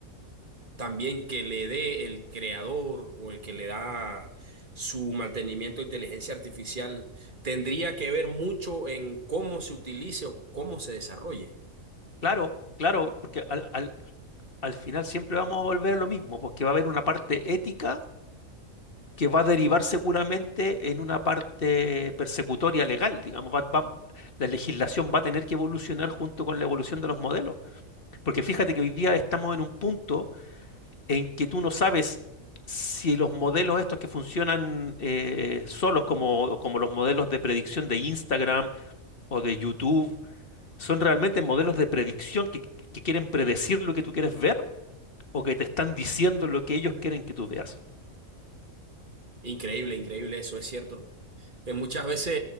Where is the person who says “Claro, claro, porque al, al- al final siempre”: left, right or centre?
Left